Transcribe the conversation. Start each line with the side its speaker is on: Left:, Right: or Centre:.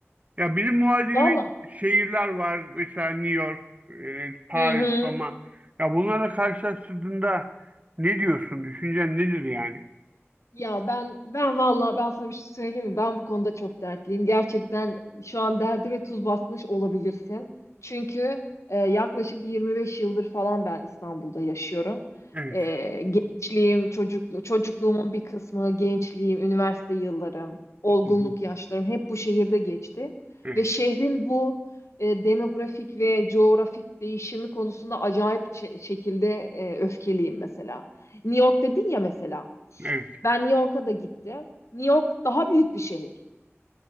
Right: Ya bizim muadili
Left: Valla.
Right: şehirler var. Mesela New York, e, Paris,
Left: Hı hı.
Right: Roma. Ya bunlarla karşılaştırdığında ne diyorsun? Düşüncen nedir yani?
Left: Ya ben ben vallahi ben sana bir şey söyleyeyim mi? Ben bu konuda çok dertliyim. Gerçekten şu an derdime tuz basmış olabilirsin. Çünkü e, yaklaşık 25 yıldır falan ben İstanbul'da yaşıyorum.
Right: Evet.
Left: E, gençliğim, çocuklu, çocukluğumun bir kısmı, gençliğim, üniversite yıllarım, olgunluk
Right: Hı hı.
Left: yaşlarım hep bu şehirde geçti.
Right: Evet.
Left: Ve şehrin bu e, demografik ve coğrafik değişimi konusunda acayip şe- şekilde e, öfkeliyim mesela. New York dedin ya mesela.
Right: Evet.
Left: Ben New York'a da gittim. New York daha büyük bir şehir.